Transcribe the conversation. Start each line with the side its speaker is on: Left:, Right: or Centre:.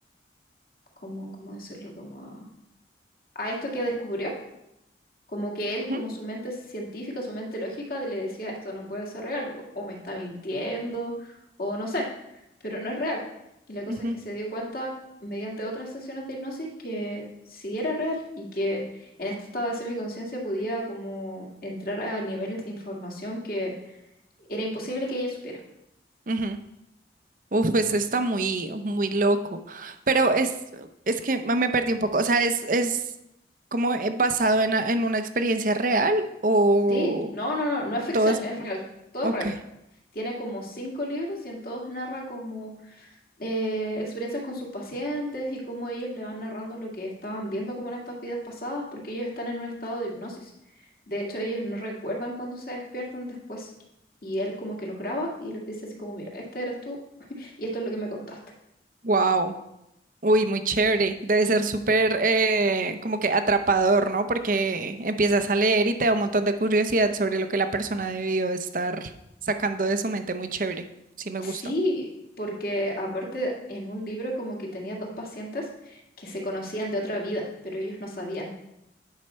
Left: como, ¿cómo decirlo? Como a, a esto que descubrió. Como que él,
Right: Ujú,
Left: como su mente científica, su mente lógica, le decía, esto no puede ser real, o o me está mintiendo, o no sé, pero no es real. Y la cosa
Right: ujú,
Left: es que se dio cuenta mediante otras sesiones de hipnosis que sí era real y que en este estado de semiconciencia podía como entrar a niveles de información que era imposible que ella supiera.
Right: ujú. Uf, eso está muy, muy loco. Pero es, es que me me perdí un poco. O sea, es, es como eh, basado en, a- en una experiencia real o
Left: Sí, no, no, no, no es ficción,
Right: todo es,
Left: es real, todo
Right: ok.
Left: es real. Tiene como cinco libros y en todos narra como eh, experiencias con sus pacientes y cómo ellos le van narrando lo que estaban viendo como en estas vidas pasadas, porque ellos están en un estado de hipnosis. De hecho, ellos no recuerdan cuando se despiertan después. Y él como que los graba y les dice así como, mira, este eres tú <laughs> y esto es lo que me contaste.
Right: Wow. Uy, muy chévere. Debe ser súper eh, como que atrapador, ¿no? Porque empiezas a leer y te da un montón de curiosidad sobre lo que la persona debió estar sacando de su mente. Muy chévere. Sí, me
Left: Sí,
Right: gusta.
Left: porque aparte en un libro como que tenía dos pacientes que se conocían de otra vida, pero ellos no sabían.